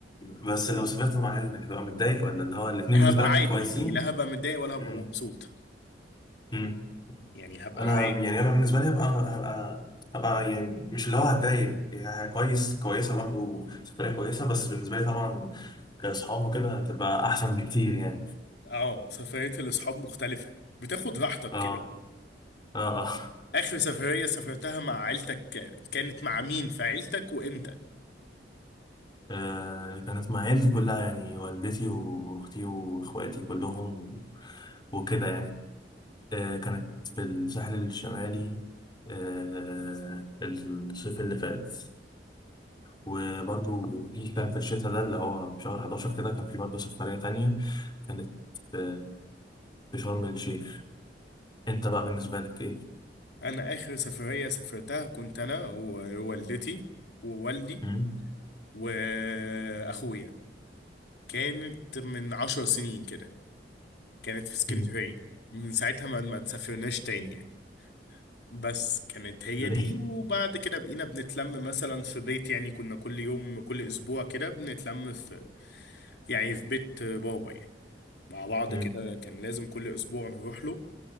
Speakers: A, on the left; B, on the left.
A: بس لو سافرت مع عيلتك هتبقى متضايق ولا اللي هو الاتنين
B: هبقى
A: بالنسبة لك
B: عادي
A: كويسين
B: يعني لا هبقى متضايق ولا هبقى
A: مم.
B: مبسوط
A: امم
B: يعني هبقى
A: انا
B: عادي
A: يعني انا بالنسبه لي هبقى هبقى هبقى يعني مش اللي هو هتضايق يعني كويس كويسه برضو سفريه كويسه بس بالنسبه لي طبعا كاصحاب وكده هتبقى احسن بكتير يعني
B: اه سفرية الأصحاب مختلفة بتاخد راحتك
A: اه
B: كده
A: اه اه
B: آخر سفرية سافرتها مع عيلتك كانت مع مين في عيلتك وإمتى؟
A: آه، كانت مع عيلتي كلها يعني والدتي واختي واخواتي كلهم وكده يعني آه كانت في الساحل الشمالي آه الصيف اللي فات وبرضو في كان في الشتاء ده اللي هو في شهر 11 كده كان في برضو سفرية تانية كانت في في شرم الشيخ انت بقى بالنسبة لك ايه؟
B: أنا آخر سفرية سافرتها كنت أنا ووالدتي ووالدي
A: مم؟
B: وأخويا كانت من عشر سنين كده كانت في اسكندرية
A: مم.
B: من ساعتها ما ما تسافرناش تاني يعني بس كانت هي
A: ليه؟
B: دي وبعد كده بقينا بنتلم مثلا في بيت يعني كنا كل يوم كل أسبوع كده بنتلم في يعني في بيت بابا يعني مع بعض
A: مم.
B: كده كان لازم كل أسبوع نروح له